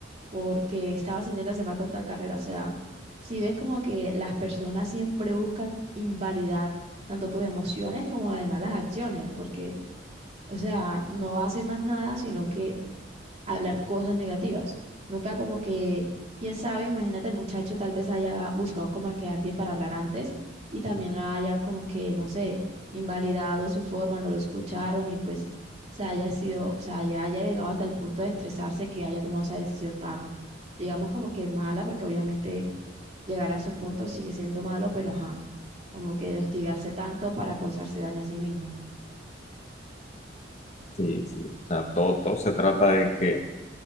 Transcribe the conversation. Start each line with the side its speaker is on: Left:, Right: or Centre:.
Right: Porque estaba sintiéndose mal con tal carrera. O sea, si ves como que las personas siempre buscan invalidar tanto tus emociones como además las acciones, porque, o sea, no hacen más nada, sino que hablar cosas negativas. Nunca como que, quién sabe, imagínate el muchacho tal vez haya buscado como que alguien para hablar antes y también la hayan como que, no sé, invalidado su forma, no lo escucharon y pues se haya sido, o sea, ya haya llegado hasta el punto de estresarse que haya tomado esa decisión tan, digamos como que mala, porque obviamente llegar a esos puntos sigue siendo malo, pero ajá, como que de hostigarse tanto para causarse daño a sí mismo.
Left: Sí, sí. O sea, todo, todo se trata de que,